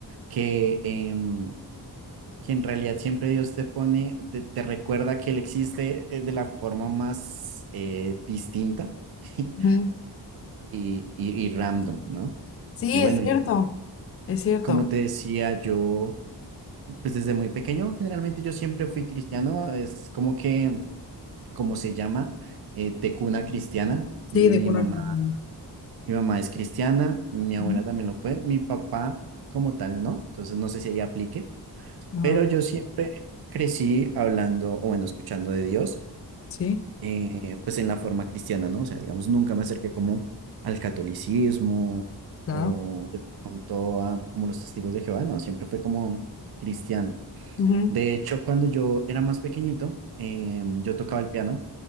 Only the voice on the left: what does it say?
Ujú.
Sí,
es cierto,
es cierto.
Sí,
de cuna
crecimiento.
Ujú.
Ajá.
Sí,
claro.
Ujú,